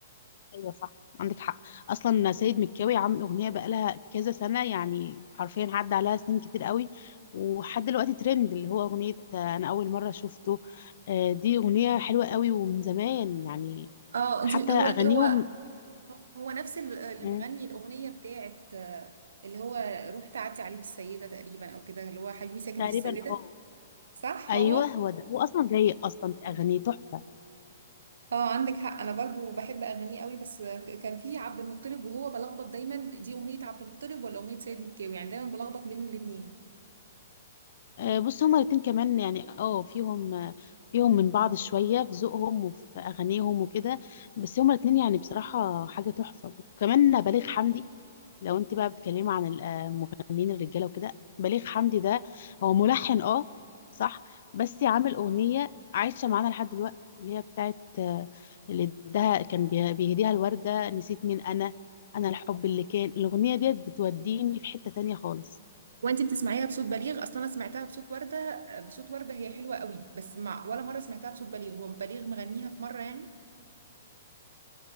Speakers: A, on the left (about 55°); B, on the right (about 85°).
A: ايوه صح عندك حق اصلا سيد مكاوي عامل اغنيه بقالها كذا سنه يعني حرفيا عدى عليها سنين كتير قوي وحد دلوقتي ترند اللي هو اغنيه آه، انا اول مره شفته آه، دي اغنيه حلوه قوي ومن زمان يعني
B: اه انت
A: حتى
B: هو
A: اغانيهم
B: هو هو نفس ال- اللي
A: مم،
B: مغني الاغنيه بتاعت آه، اللي هو روح تعدي عليه في السيده تقريبا او كده اللي هو حبيبي ساكن
A: تقريبا
B: في السيده
A: اه
B: صح
A: ايوه
B: هو
A: هو ده هو اصلا رايق اصلا في اغانيه تحفه
B: اه عندك حق انا برضو بحب اغانيه قوي بس كان في عبد المطلب وهو بلخبط دايما دي اغنيه عبد المطلب ولا اغنيه سيد مكاوي يعني دايما بلخبط بين الاثنين
A: آه، بص هما الاتنين كمان يعني اه فيهم آه، فيهم من بعض شويه في ذوقهم وفي اغانيهم وكده بس هما الاتنين يعني بصراحه حاجه تحفه وكمان بليغ حمدي لو انت بقى بتتكلمي عن ال- آه، المغنيين الرجاله وكده بليغ حمدي ده هو ملحن اه صح بس عامل اغنيه عايشه معانا لحد دلوقتي اللي هي بتاعت آه، اللي اداها كان بيه- بيهديها الورده نسيت مين انا انا الحب اللي كان الاغنيه ديت بتوديني في حته تانية خالص
B: وانت بتسمعيها بصوت بليغ اصلا انا سمعتها بصوت ورده بصوت ورده هي حلوه قوي بس مع ولا مره سمعتها بصوت بليغ هو بليغ مغنيها في مره يعني